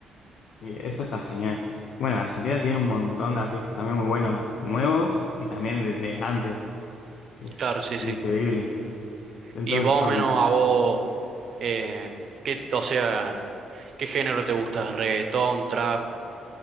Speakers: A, on the left; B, on the right.
A: y eso está genial. Bueno, Argentina tiene un montón de artistas también muy buenos, nuevos y también de, de antes. Es
B: Claro, sí,
A: increíble
B: sí.
A: en
B: Y
A: todos
B: más
A: los
B: o
A: ámbitos.
B: menos a vos, eh, ¿qué, o sea, qué género te gusta? ¿Reggaetón, trap?